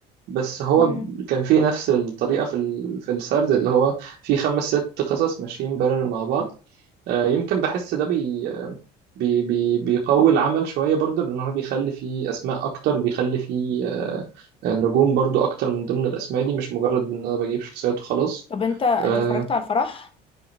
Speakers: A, on the right; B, on the left.
A: بس هو
B: مم.
A: كان فيه نفس الطريقة في ال- في السرد اللي هو فيه خمس ست قصص ماشيين بارلل مع بعض آه، يمكن بحس ده بي بي بي بيقوي العمل شوية برضو لأن هو بيخلي فيه أسماء أكتر بيخلي فيه آه، آه، نجوم برضو أكتر من ضمن الأسماء دي مش مجرد إن أنا بجيب شخصيات وخلاص
B: طب انت انت
A: آه،
B: اتفرجت على الفرح